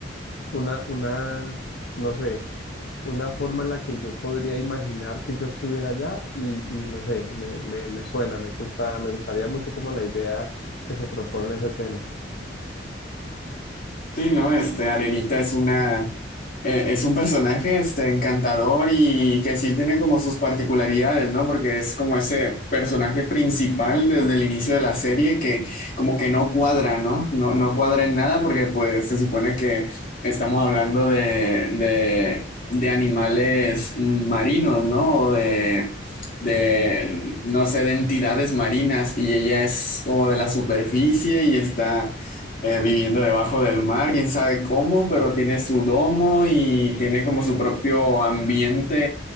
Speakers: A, on the left; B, on the left.
A: una, una, no sé, una forma en la que yo podría imaginar que yo estuviera allá y, y no sé, me, me, me suena, me gusta, me gustaría mucho como la idea que se propone en ese tema.
B: Sí, ¿no? Este, Arenita es una, eh, es un personaje, este, encantador y que sí tiene como sus particularidades, ¿no? Porque es como ese personaje principal desde el inicio de la serie que como que no cuadra, ¿no? No, no cuadra en nada porque pues se supone que estamos hablando de, de, de animales marinos, ¿no? O de, de, no sé, de entidades marinas y ella es como de la superficie y está eh, viviendo debajo del mar, quién sabe cómo, pero tiene su domo y tiene como su propio ambiente,